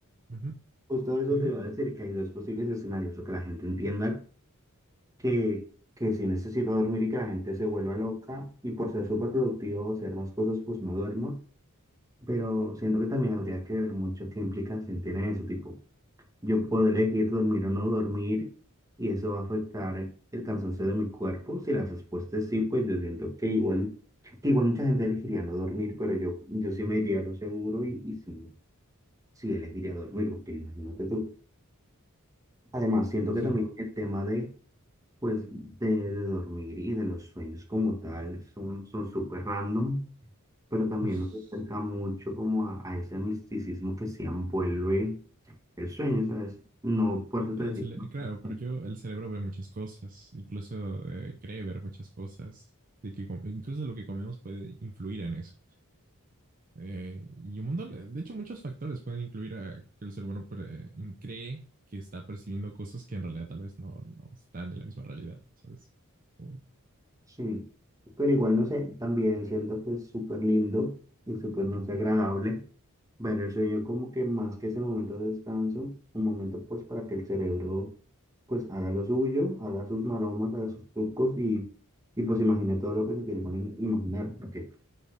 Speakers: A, on the right; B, on the right.
A: ujú.
B: justo eso
A: Sí, dime.
B: te iba a decir, que hay dos posibles escenarios, o que la gente entienda que, que sí necesito dormir y que la gente se vuelva loca y por ser súper productivo o hacer más cosas, pues no duermo. Pero siento que también habría que ver mucho qué implicación tiene eso, tipo. Yo puedo elegir dormir o no dormir y eso va a afectar el cansancio de mi cuerpo. Si la respuesta es sí, pues yo siento que igual, que igual mucha gente elegiría no dormir, pero yo, yo sí me iría a lo seguro y, y sí, sí elegiría dormir, porque imagínate tú. Además, siento
A: Sí.
B: que también el tema de, pues, de, de dormir y de los sueños como tal son, son súper random, pero también
A: <laughs>
B: nos acerca mucho como a, a ese misticismo que se envuelve el sueño, ¿sabes? No, por eso te
A: Pero
B: decía.
A: el cere- claro, pero
B: no,
A: yo, el cerebro ve muchas cosas, incluso eh, cree ver muchas cosas, de que com- incluso lo que comemos puede influir en eso. Eh, y un montón, de de hecho, muchos factores pueden incluir a que el ser humano pre- cree que está percibiendo cosas que en realidad tal vez no, no están en la misma realidad, ¿sabes? Uy,
B: Sí, pero igual no sé, también siento que es súper lindo y súper, no sé, agradable ver el sueño como que más que ese momento de descanso, un momento pues para que el cerebro pues haga lo suyo, haga sus maromas, haga sus trucos y, y pues imagine todo lo que se quiere imagi- imaginar, porque